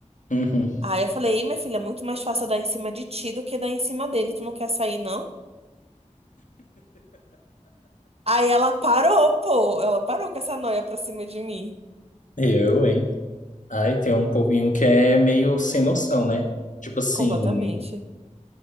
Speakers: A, on the left; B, on the right.
A: uhum.
B: Aí eu falei, Ei, minha filha, é muito mais fácil dar em cima de ti do que dar em cima dele. Tu não quer sair, não? Aí ela parou, pô. Ela parou com essa noia pra cima de mim.
A: Eu, hein? Ai, tem um povinho que é meio sem noção, né? Tipo assim,
B: Completamente.